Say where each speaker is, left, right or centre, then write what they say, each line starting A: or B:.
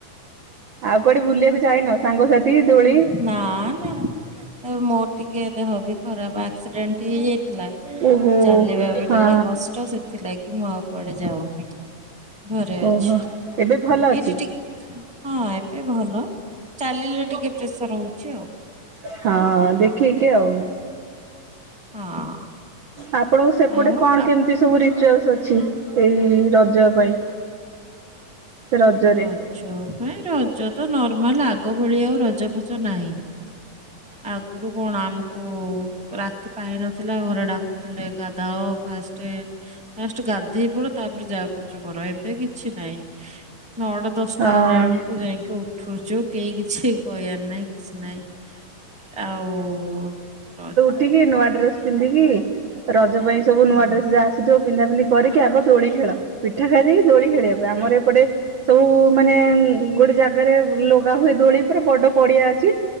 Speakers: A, on the right (about 65°); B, in the centre.
A: ଆଉ କୁଆଡେ ବୁଲିବାକୁ ଯାଇନ ସାଙ୍ଗସାଥି ଦୋଳି?
B: ହୁଁ, ନା ନା ତାପରେ ମୋର ଟିକେ ଦେହ ବି ଖରାପ ଆକ୍ସିଡେଣ୍ଟ ହେଇଯାଇଥିଲା।
A: ଓହୋ
B: ଚାଲିବା ବି
A: ହଁ
B: ଟିକେ କଷ୍ଟ ସେଥିଲାଗି ମୁଁ ଆଉ କୁଆଡେ ଯାଉନି। ଘରେ ଅଛି
A: ଓହୋ ଏବେ ଭଲ ଅଛି?
B: ଏଇଠି ଟିକ ହଁ ଏବେ ଭଲ ଚାଲିଲେ ଟିକେ ପ୍ରେସର ହଉଛି ଆଉ।
A: ହଁ ଦେଖିକି ଆଉ।
B: ହଁ।
A: ଆପଣଙ୍କୁ ସେପଟେ
B: ଆଉ
A: କଣ
B: ଆପ
A: କେମିତି ସବୁ ରିଚୁଆଲସ ଅଛି ଏଇ ରଜ ପାଇଁ। ରଜରେ
B: ରଜ ପାଇ ରଜ ତ ନର୍ମାଲ ଆଗ ଭଳି ଆଉ ରଜ ଫଜ ନାହିଁ। ଆଗରୁ କଣ ଆମକୁ ରାତି ପାହି ନଥିଲା ଘରେ ଡ଼ାକ୍ କୁଥିଲେ ଗାଧାଅ ଫାଷ୍ଟେ। ଫାଷ୍ଟ ଗାଧେଇ ପଡ଼ ତାପରେ ଯାହା କରୁଛ କର ଏବେ କିଛି ନାଇଁ। ନଅଟା ଦଶଟା
A: ହଁ।
B: ହେଲା ବେଳକୁ ଯାଇକି ଉଠୁଛୁ କେଇ କିଛି କହିବାର ନାଇଁ କିଛି ନାଇଁ ଆଉ
A: ଠିକି ନୂଆ ଡ୍ରେସ ପିନ୍ଧିକି ରଜ ପାଇଁ ସବୁ ନୂଆ
B: ହଁ
A: ଡ୍ରେସ ଯାହା ଆସିଥିବ ପିନ୍ଧା ପିନ୍ଧି କରିକି ଆଗ ଦୋଳି ଖେଳ ପି ପିଠା ଖାଇ ଦେଇକି ଦୋଳି ଖେଳିବା ପାଇଁ ଆମର ଏପଟେ ସବୁ ମାନେ ଗୋଟେ ଜା ଗାରେ ଲୁଗା ହୁଏ ଦୋଳି ପୁରା ବଡ଼ ପଡ଼ିଆ ଅଛି।